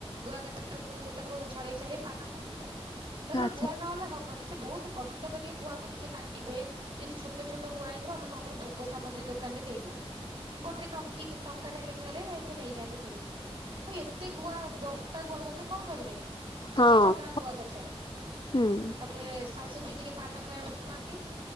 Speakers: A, on the right; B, on the left.
A: ଗୁଆ କାତିରେ ସବୁ ତାକୁ ଛଡେଇ ଛଡେଇ ପାନ ଖାଆନ୍ତି ତ। ତାଙ୍କର
B: ଆଚ୍ଛା
A: ଗୁଆ ନହେଲେ ହବନି ସେ ବହୁତ କଷ୍ଟ କରିକି ଗୁଆକୁ ନିଜେ କାଟିବେ। ଯଦି ଛୋଟ ଛୋଟ ଗୁଆ ହେଇଥିବ ଆମେ କଣ କରୁ ଭୋଗ ସାମଗ୍ରୀ ଦୋକାନରେ ଦେଇଦଉ। ଗୋଟେ ଟଙ୍କି ଟଙ୍କାଟେ ଲେଖାରେ ସେ ନେଇଯାଆନ୍ତି କିଣିକି। ଆଉ ଏତେ ଗୁଆ ଦଶଟା ଗୁଆ ଗଛ କଣ କରିବେ
B: ଓହୋ
A: ଦଶଟା ଗୁଆ ଗଛ।
B: ହୁଁ।
A: ତାପରେ ଶାଶୁ ବି ଟିକେ ପାନ ଖାଇବାକୁ ଭଲ ପାଆନ୍ତି।